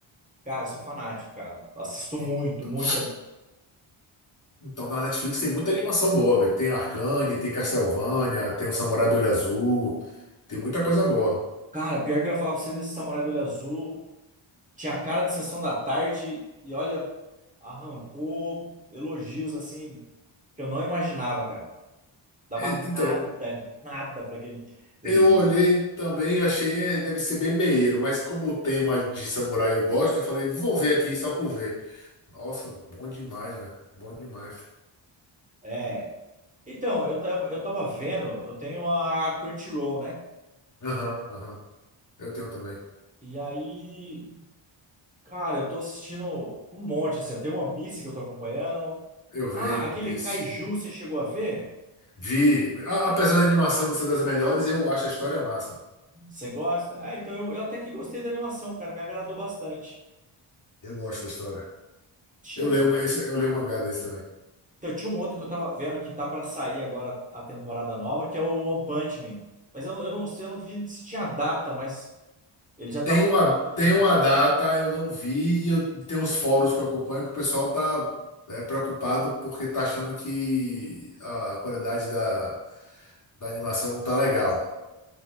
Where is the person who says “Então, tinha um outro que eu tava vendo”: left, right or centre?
Right